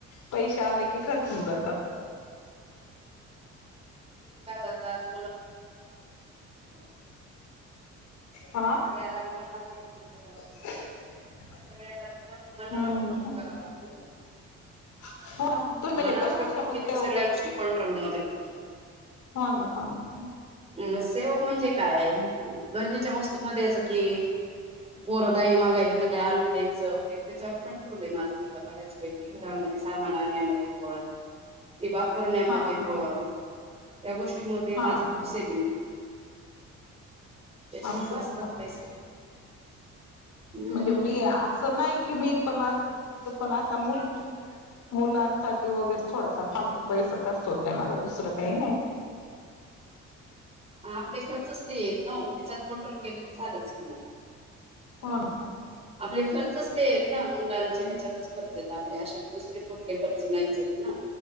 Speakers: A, on the left; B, on the right.
A: पैसे आले की खर्चून जातात.
B: काय जातात? <unintelligible> <unintelligible>
A: हा <unintelligible>
B: करावा लागतो आपल्याला सगळ्यात आधी मन- मनावर
A: हम्म!
B: कंट्रोल करावा लागतो
A: ह. हो, ना तुम म्हणजे
B: मनावर
A: कशा
B: कंट्रोल
A: कशामध्ये
B: केलं
A: सेव
B: की सगळ्या
A: करता?
B: गोष्टी कंट्रोलमध्ये येतात
A: हो ना, हो ना.
B: अ सेव म्हणजे काय? गरजेच्या वस्तूमध्ये असं, की पोरं काही मागायले, तर काय आनून द्यायचं? वगैरे, त्याच्यावर कंट्रोल आहे माझा. थोडा बऱ्याच घरामध्ये सामान आणण्यामध्ये पण ते वापरण्यामध्ये
A: हा हा
B: पण या गोष्टी मुळे
A: हा
B: माझी खूप
A: हा
B: सेविंग होती. त्याच्या
A: असं
B: मुळे वाचतात. पैसे हम्म
A: म्हणजे मी असं नाही, की मी तो पण आता मुलं मुलांसाठी वगैर थोडासा फालतू पैसा खर्च होतोय, माझा दुसरं काही नाही. <inaudible>
B: ह आपले खर्चच ते येत नव त्याच्यात कंट्रोल केलं, की झालंच कि म
A: हो, ना.
B: आपले खर्चच ते आहेत. ना मुलांच्या ह्याच्यातच खर्च आहेत. आपले असे दुसरे कुठले खर्च नाहीचं आहेत?